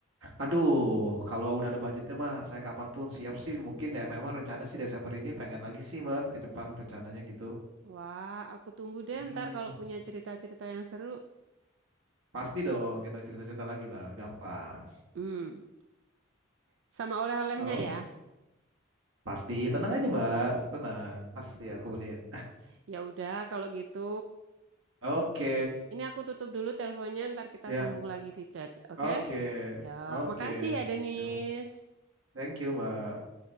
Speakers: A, on the right; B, on the right.
A: Aduh, kalau udah ada budgetnya mah saya kapanpun siap sih. Mungkin ya memang rencana sih Desember ini pengen lagi sih Mbak ke Jepang rencananya gitu.
B: wah aku tunggu deh
A: Mm-mm.
B: ntar kalau punya cerita-cerita yang seru
A: Pasti dong kita cerita-cerita lagi lah, gampang.
B: hmm sama oleh-olehnya
A: Oh,
B: ya
A: pasti. Tenang aja Mbak, tenang. Pasti aku beliin.
B: <laughs> ya udah kalau gitu
A: <laughs> Oke,
B: Ini aku tutup dulu teleponnya, ntar kita
A: ya.
B: sambung lagi di chat. Oke?
A: Oke,
B: Ya,
A: oke.
B: makasih ya, Denis.
A: Yo. Thank you Mbak.